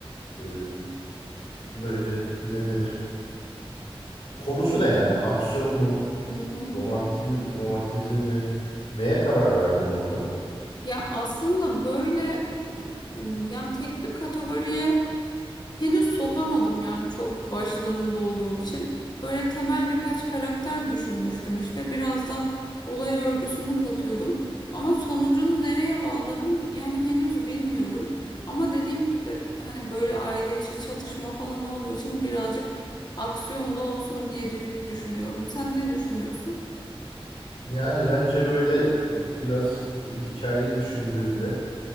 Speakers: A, on the left (about 80°); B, on the left (about 45°).
A: ee, böyle ne denir? Konusu ne yani? Aksiyon mu?
B: Hı hı.
A: Romanti, romantizm mi? Neye karar verdin orada?
B: Ya aslında böyle yani tek bir kategoriye Henüz sokamadım yani çok başlarında olduğum için. Böyle temel birkaç karakter düşünmüştüm işte. Biraz da olay örgüsünü katıyordum. Ama sonucunu nereye bağlarım yani henüz bilmiyorum. Ama dediğim gibi hani böyle aile içi çatışma falan olduğu için birazcık aksiyonda olsun diye dü- düşünüyorum. Sen ne düşünüyorsun?
A: Yani bence böyle biraz hikayeyi düşündüğümde